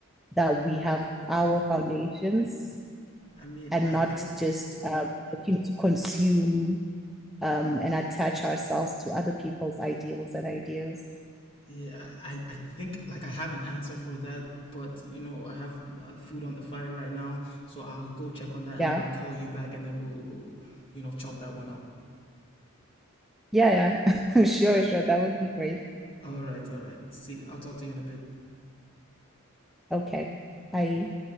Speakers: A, in the centre; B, on the left (about 25°).
A: that we have our foundations
B: i mean
A: and
B: i
A: not
B: think
A: just um, looking to consume um, and attach ourselves to other people's ideals and ideas.
B: Yeah, I, I think like I have an answer for that, but you know I have uh, food on the fire right now, so I'll go check on that and
A: Yeah,
B: then I'll call you back and then we'll we'll you know chop that one up.
A: yeah, yeah. <laughs> sure, sure. That would be great.
B: All right, all right. See, I'll talk to you in a bit.
A: Okay, bye.